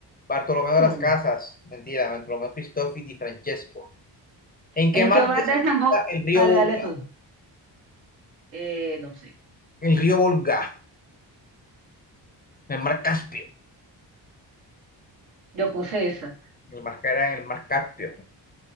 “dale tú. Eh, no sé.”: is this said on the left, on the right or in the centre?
Right